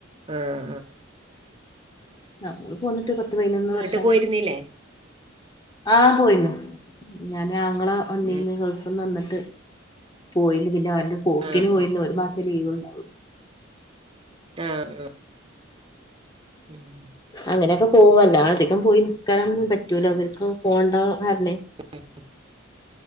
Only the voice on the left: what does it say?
ഞമ്മളെ പോന്നിട്ട് പത്ത് പതിനൊന്ന്
വർഷയി.
ആഹ് പോയിരുന്നു ഞാൻ ഞങ്ങളെ ഒന്നീന്ന്
ഗൾഫിന്ന് വന്നിട്ട് പോയിന്ന് പിന്നെ അവന്റെ പോക്കിന്
പോയിന്ന്
ഒരു മാസം ലീവ്ണ്ടാവുള്
അങ്ങനെയൊക്കെ പോവല്ല അധികം പോയി നൽക്കാനൊന്നും പറ്റൂലോ വർക്ക് പോണ്ട കാരണേ.